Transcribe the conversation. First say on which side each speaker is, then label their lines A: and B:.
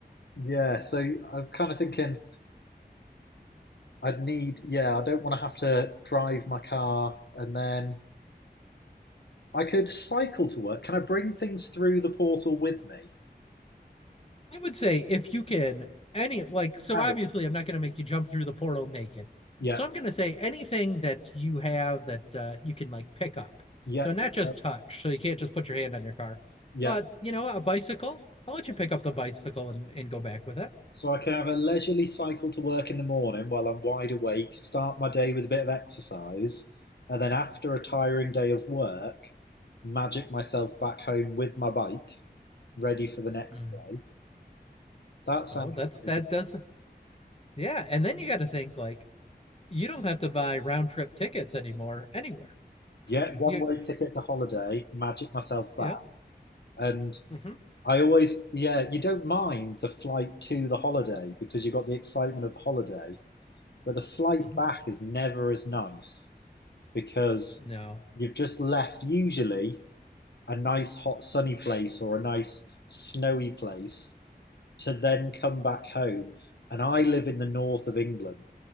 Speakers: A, on the left (about 80°); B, on the left (about 35°).
A: yeah, so I'm kind of thinking I'd need yeah, I don't want to have to drive my car and then I could cycle to work. Can I bring things through the portal with me?
B: I would say if you can any like so
A: Harry.
B: obviously I'm not going to make you jump through the portal naked.
A: Yeah,
B: So I'm going to say anything that you have that uh, you can like pick up.
A: yeah,
B: So not just
A: uh,
B: touch. So you can't just put your hand on your car,
A: yeah.
B: but you know a bicycle. I'll let you pick up the bicycle and, and go back with it.
A: So I can have a leisurely cycle to work in the morning while I'm wide awake, start my day with a bit of exercise, and then after a tiring day of work, magic myself back home with my bike, ready for the next
B: Hmm.
A: day. That sounds
B: Oh, that's
A: pretty
B: that
A: good.
B: does Yeah, and then you got to think like you don't have to buy round trip tickets anymore anywhere.
A: Yeah, one
B: You
A: way ticket to holiday, magic myself
B: yeah.
A: back. And
B: hmm
A: I always, yeah, you don't mind the flight to the holiday because you've got the excitement of the holiday, but the flight
B: hmm
A: back is never as nice because
B: No. <laughs>
A: you've just left usually a nice hot sunny place or a nice snowy place to then come back home. And I live in the north of England